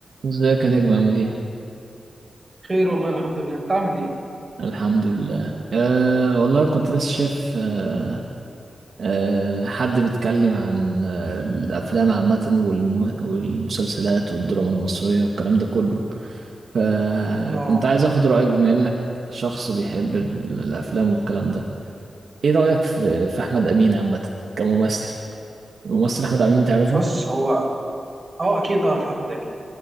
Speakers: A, on the right; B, on the right.
A: ازيك يا نجم عامل ايه؟
B: خير والله الحمد لله انت عامل ايه
A: الحمد لله أه والله كنت لسه شايف أه أه حد بيتكلم عن أه الأفلام عامة والم- والمسلسلات والدراما المصرية والكلام ده كله فكنت
B: اه
A: عايز أخد رأيك بما إنك شخص بيحب ال- الأفلام والكلام ده ايه رأيك في في أحمد أمين عامة كممثل؟ الممثل أحمد أمين تعرفه؟
B: بص هو اه اكيد اعرف احمد امين